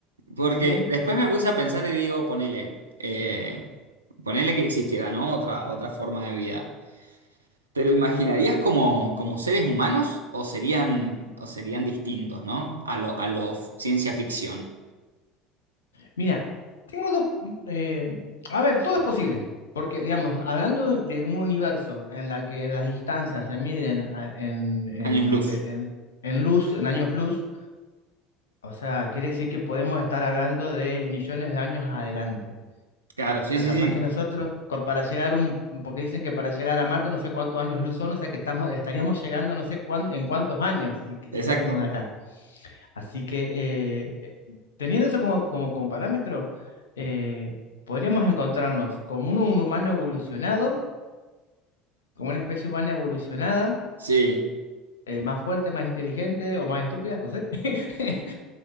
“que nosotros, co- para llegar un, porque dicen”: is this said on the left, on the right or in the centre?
Left